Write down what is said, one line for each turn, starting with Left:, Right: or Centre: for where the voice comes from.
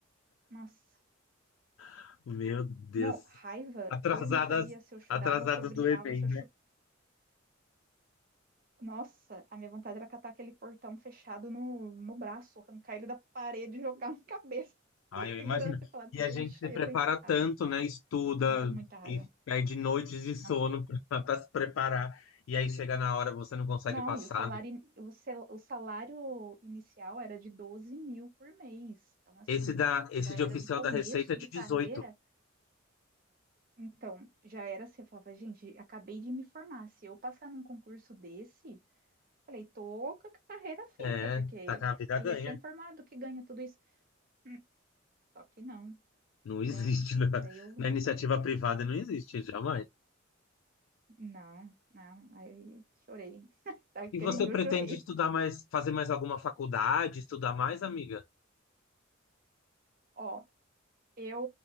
Right: Nossa,
Left: <laughs> meu Deus.
Right: Não, raiva,
Left: Atrasadas,
Right: eu não sabia se eu chorava,
Left: atrasadas
Right: se eu gritava,
Left: do Enem.
Right: se eu chutava. Nossa, a minha vontade era catar aquele portão fechado no, no braço, arrancar ele da parede e jogar na cabeça <laughs>
Left: Ah,
Right: do
Left: eu
Right: segurança
Left: imagino.
Right: e falar:
Left: E
Right: deixa
Left: a gente se prepara
Right: eu entrar.
Left: tanto, né? Estuda
Right: Deu muita raiva.
Left: e perde noites de sono
Right: Nossa.
Left: <laughs> para se preparar. E aí chega na hora, você não consegue
Right: Não,
Left: passar,
Right: e o salário,
Left: né?
Right: in- o, sel- o salário inicial era de 12 mil por mês. Então, assim,
Left: Esse, da, esse
Right: já era
Left: de oficial
Right: de começo
Left: da Receita é de
Right: de
Left: 18.
Right: carreira. Então, já era assim, eu falava, gente, acabei de me formar. Se eu passar num concurso desse, Falei, tô com a carreira feita,
Left: É,
Right: porque
Left: tá com a vida
Right: que
Left: ganha.
Right: recém-formado que ganha tudo isso. Hum, Só que não.
Left: Não existe
Right: Falei, ah, filho,
Left: <laughs> na,
Right: aí eu,
Left: na iniciativa privada, não existe, jamais.
Right: não, não, aí chorei. <laughs> Daquele
Left: E você
Right: dia
Left: pretende
Right: eu chorei.
Left: estudar mais, fazer mais alguma faculdade, estudar mais, amiga?
Right: Ó, eu,